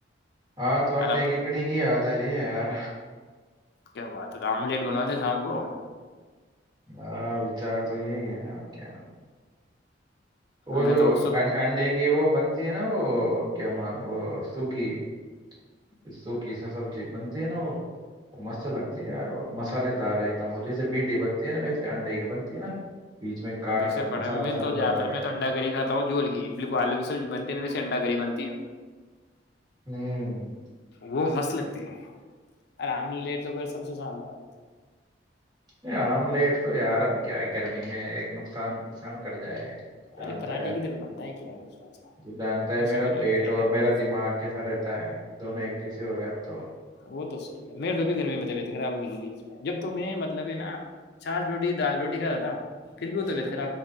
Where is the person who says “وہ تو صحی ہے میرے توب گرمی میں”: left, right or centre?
Left